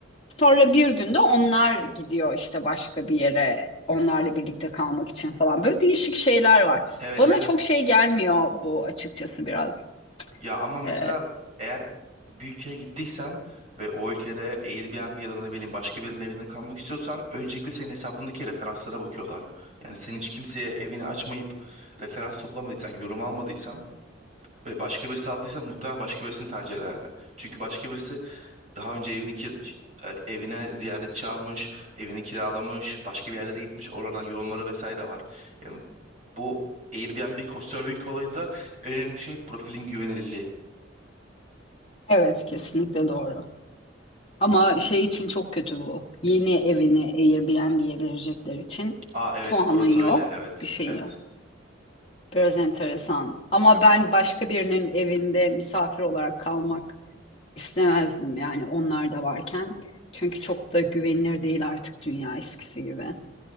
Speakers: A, on the left (about 30°); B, on the right (about 35°).
A: Sonra bir günde onlar gidiyor işte başka bir yere onlarla birlikte kalmak için falan. Böyle değişik şeyler var.
B: Evet
A: Bana
B: evet
A: çok şey gelmiyor bu açıkçası biraz.
B: Ya ama mesela
A: Ee,
B: eğer bir ülkeye gittiysen ve o ülkede Airbnb ya da ne bileyim başka birinin evinde kalmak istiyorsan öncelikle senin hesabındaki referanslara bakıyorlar. Yani sen hiç kimseye evini açmayıp referans toplamadıysan, yorum almadıysan ve başka birisi aldıysa muhtemelen başka birisini tercih ederler. Çünkü başka birisi daha önce evini kir- e, evine ziyaretçi almış, evini kiralamış, başka bir yerlere gitmiş, oralardan yorumları vesaire var. Yani bu Airbnb Couchsurfing olayında önemli şey profilin güvenilirliği.
A: evet kesinlikle doğru. Ama şey için çok kötü bu. Yeni evini Airbnb'ye verecekler için
B: Aa evet
A: puanın
B: orası
A: yok,
B: öyle evet
A: bir şeyin
B: evet.
A: yok. Biraz enteresan. Ama
B: Yani,
A: ben başka birinin evinde misafir olarak kalmak istemezdim yani onlar da varken. Çünkü çok da güvenilir değil artık dünya eskisi gibi.